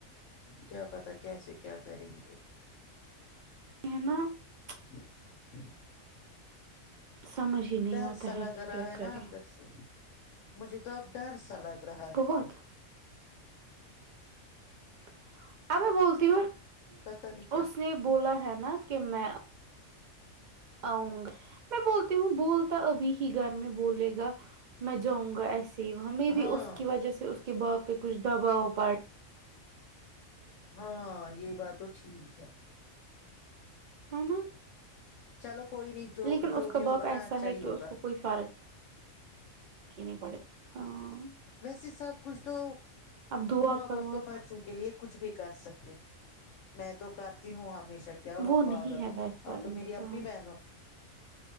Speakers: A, on the left (about 70°); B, on the right (about 60°).
A: کیا پتا کیسے کیا کریں گے
B: کہ نا <unintelligible>
A: <inaudible>
B: سمجھ ہی نہیں
A: ڈر
B: آتا
A: سا
B: ہے
A: لگ
B: کہ
A: رہا
B: کیا
A: ہے
B: کریں
A: نا اندر سے مجھے تو اب ڈر سا لگا رہا ہے
B: بہت <inaudible> ا میں بولتی ہوں
A: پتا نہیں کیا
B: اس نے بولا ہے نا <unintelligible> نا کہ میں اؤ گ <unintelligible> میں بولتی ہوں بولتا ابھی ہی گھر میں بولے گا میں جاؤں گا ایسے ہی وہاں م بی
A: ہاں
B: اس کی وجہ سے کہ بپ <unintelligible> پ کچھ دباؤ پار <unintelligible>
A: ہاں یہ بات تو ٹھیک ہے
B: ہے نا <unintelligible>
A: چلو کوئی نہیں جو
B: لیکن
A: جو
B: اس
A: بھی
B: کا
A: ہوگا
B: باپ ایسا
A: نا اچھا
B: ہے
A: ہی
B: کہ
A: ہوگا
B: اس کو کوئی فرق نہیں پڑے ہاں <unintelligible>
A: ویسے سب کچھ تو
B: اب دعا
A: ماں
B: کرو
A: باپ تو
B: آپ
A: بچوں کے لیے کچھ بھی کر سکتے میں تو کرتی ہوں ہمیشہ <unintelligible> اچھا کیا ہوا
B: وہ
A: پاگل
B: نہیں ہے ویسا
A: اب تو
B: انسان
A: میری اپنی بہن ہو <unintelligible>